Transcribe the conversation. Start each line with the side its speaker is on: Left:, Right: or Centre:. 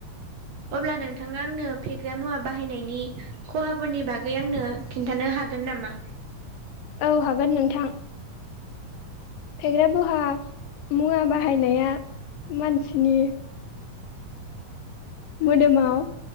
Right: अब्ला नोंथाङा आंनो फेग्रा मुवा बाहायनायनि खहाफोरनि बागै आंनो खिन्थानो हागोन नामा?
Left: औ हागोन नोंथां फेग्रा बहा मुवा बाहायनाया मानसिनि मोदोमाव